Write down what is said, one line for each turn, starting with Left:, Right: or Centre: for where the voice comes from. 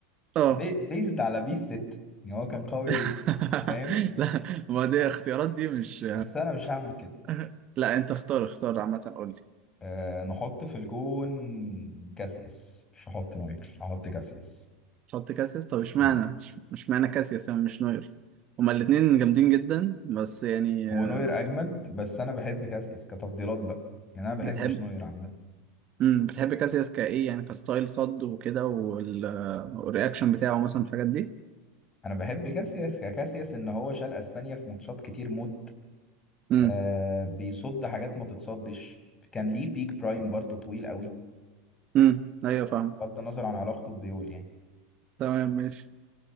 Right: اه
Left: بي... بيزد على بيس 6 يعني هو كان قوي
Right: <laughs>
Left: جدا فاهم
Right: لا ما دي اختيارات دي مش
Left: بس أنا مش هعمل كده
Right: <laughs> لا انت اختار اختار عامه قول لي
Left: أه نحط في الجون كاسياس مش هحط نوير هحط كاسياس
Right: حط كاسياس طب اشمعنى
Left: مم.
Right: مش معنى كاسياس يعني مش نوير هما الاثنين جامدين جدا بس يعني
Left: هو
Right: آه،
Left: نوير أجمد بس أنا بحب كاسياس كتفضيلات بقى يعني أنا ما
Right: بتحب
Left: بحبش نوير عامة
Right: امم بتحب كاسياس كايه يعني كستايل صد وكده وال- والرياكشن بتاعه مثلا الحاجات دي
Left: انا بحب كاسياس كاسياس ان هو شال اسبانيا في ماتشات كتير موت
Right: امم
Left: آه بيصد حاجات ما تتصدش كان ليه بيك برايم برضو طويل قوي
Right: امم ايوه فاهم
Left: بغض النظر عن علاقته ببيول يعني
Right: تمام ماشي